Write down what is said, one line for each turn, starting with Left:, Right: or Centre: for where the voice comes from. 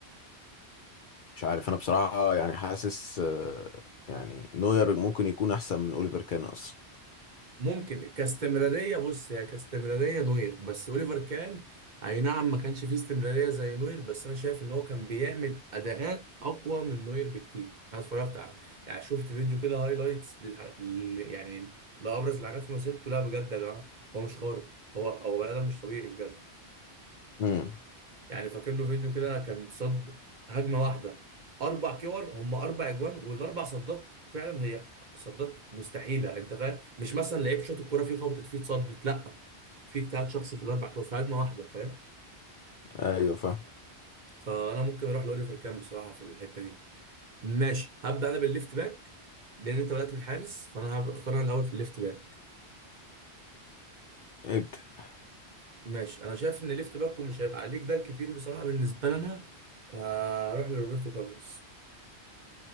Left: مش عارف انا بصراحة يعني حاسس آه، يعني نوير ممكن يكون احسن من اوليفر كان اصلا
Right: ممكن كاستمراريه بص هي كاستمراريه نوير بس اوليفر كان اي نعم ما كانش فيه استمراريه زي نوير بس انا شايف ان هو كان بيعمل اداءات اقوى من نوير بكتير انا اتفرجت على يعني شفت فيديو كده هايلايتس للح... لل- يعني لابرز الحاجات في مسيرته لا بجد يا جماعه هو مش خارق هو هو بني ادم مش طبيعي بجد
Left: امم
Right: يعني فاكر له فيديو كده كان صد هجمه واحده اربع كور هم اربع اجوان والاربع صدات فعلا هي صدات مستحيله انت فاهم مش مثلا لعيب شاط الكوره فيه خبطت فيه اتصدت لا في اجتهاد شخصي في الاربع كور في هجمه واحده فاهم
Left: ايوه فاهم
Right: فانا ممكن اروح لاوليفر كام بصراحه في الحته دي ماشي هبدا انا بالليفت باك لان انت بدات بالحارس فانا هختار انا الاول في الليفت باك
Left: ابدأ
Right: ماشي انا شايف ان الليفت باك ومش هيبقى عليك ده الكتير بصراحه بالنسبه لنا آه، اروح لروبرتو كارلوس